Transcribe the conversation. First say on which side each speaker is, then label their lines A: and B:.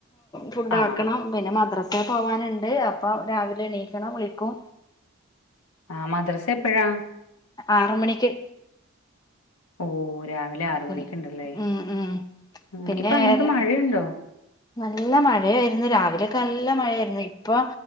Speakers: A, on the left; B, on the left.
A: ഫുഡ്
B: ആഹ്
A: ആക്കണം. പിന്നെ മദ്രസെ പോവ്വാന്ണ്ട് അപ്പം രാവിലെ എണീക്കണം വിളിക്കും
B: ആഹ് മദ്രസ എപ്പഴാ?
A: ആറ് മണിക്ക്.
B: ഓഹ് രാവിലെ ആറ്
A: പിന്നെ
B: മണിക്ക്ണ്ടല്ലേ
A: ഉം ഉം
B: ഉം
A: പിന്നെ
B: ഇപ്പൊ അങ്ങോട്ട് മഴയുണ്ടോ?
A: നല്ല മഴയായിരുന്നു രാവിലെയൊക്കെ നല്ല മഴയായിരുന്നു ഇപ്പൊ